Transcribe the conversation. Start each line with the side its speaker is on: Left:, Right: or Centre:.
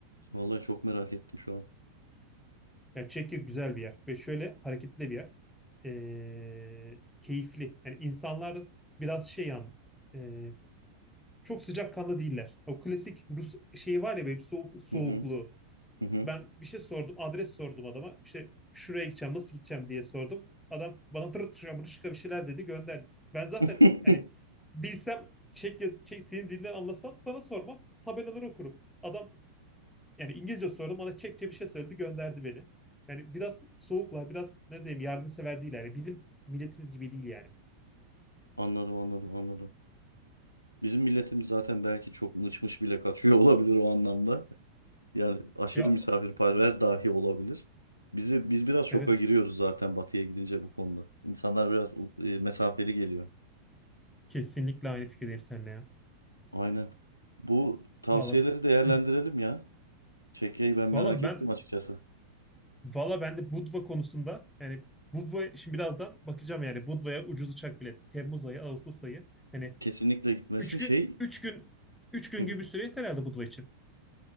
Left: Vallahi çok merak ettim şu an.
Centre: Yani Çekya güzel bir yer ve şöyle hareketli bir yer. Ee, keyifli. Yani insanlar biraz şey yalnız. ee, çok sıcakkanlı değiller. O klasik Rus şeyi var ya böyle soğuk, soğukluğu.
Left: Hı hı. Hı hı.
Centre: Ben bir şey sordum. Adres sordum adama. İşte şuraya gideceğim, nasıl gideceğim diye sordum. Adam bana tırı tırı tırı bir şeyler dedi gönderdi. Ben zaten
Left: <laughs>
Centre: hani bilsem Çek, Çek senin dilinden anlasam sana sormam. Tabelaları okurum. Adam yani İngilizce sordum bana Çekçe bir şey söyledi gönderdi beni. Yani biraz soğuklar, biraz ne diyeyim yardımsever değil yani. Bizim milletimiz gibi değil yani.
Left: Anladım anladım anladım. Bizim milletimiz zaten belki çok mıçmış bile kaçıyor <laughs> olabilir o anlamda. Yani aşırı
Centre: Ya
Left: misafirperver dahi olabilir. Bizi biz biraz şoka
Centre: evet
Left: giriyoruz zaten batıya gidince bu konuda. İnsanlar biraz e, mesafeli geliyor.
Centre: kesinlikle aynı fikirdeyim seninle ya.
Left: Aynen. Bu tavsiyeleri
Centre: Vallahi
Left: değerlendirelim
Centre: Hı.
Left: ya. Çekya'yı ben merak
Centre: Vallahi
Left: ettim
Centre: ben
Left: açıkçası.
Centre: Valla ben de Budva konusunda yani Budva şimdi birazdan bakacağım yani Budva'ya ucuz uçak bileti. Temmuz ayı, Ağustos ayı. Hani
Left: Kesinlikle gitmesin.
Centre: 3
Left: Şey
Centre: gün, üç gün, 3 gün
Left: <laughs>
Centre: gibi bir süre yeter herhalde Budva için.